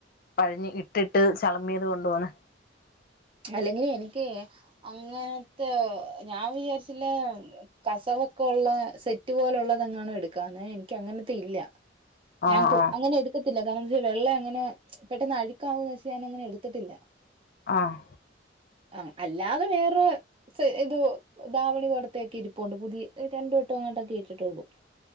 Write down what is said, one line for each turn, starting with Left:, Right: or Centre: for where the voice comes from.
Left: പഴഞ്ഞ് ഇട്ടിട്ട് ചളമ്മിയത് കൊണ്ട് പോണ്.
Right: അല്ലെങ്കില് എനിക്ക് അങ്ങനത്തെ ഞാൻ വിചാരിച്ചില്ല കസവൊക്കെ ക്കെ ഉള്ളെ സെറ്റ് പോലെ ഉള്ളതെങ്ങാനും എടുക്കാന്ന്. ഇനിക്ക് അങ്ങനത്തെ ഇല്ല.
Left: ആഹ്
Right: ഞാൻ
Left: ആഹ്
Right: അങ്ങനെ എടു ക്കത്തില്ല. കാരണം വെള്ള അങ്ങനെ പെട്ടെന്ന് അഴുക്കാവോച്ച് ഞാനങ്ങനെ എടുത്തിട്ടില്ല.
Left: ആഹ്
Right: ആഹ്. അല്ലാതെ വേറെ ഇത് ധാവണി പോലെത്തൊക്കെ ഇരിപ്പുണ്ട്. പുതിയ രണ്ട് വട്ടം അങ്ങോട്ടൊക്കെ ഇട്ടിട്ടൊള്ളു. <inaudible>